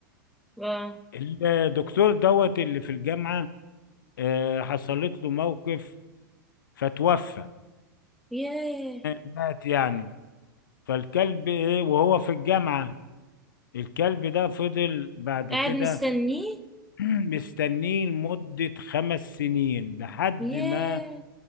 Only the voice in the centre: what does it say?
اه
ياه
قاعد
مستنيه
ياه